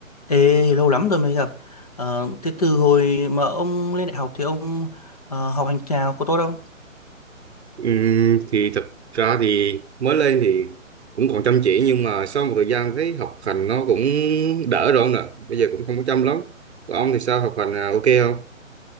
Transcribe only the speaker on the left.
Ê, lâu lắm rồi mới gặp. Ờ, thế từ hồi mà ông lên đại học thì ông ờ, học hành chào có tốt không?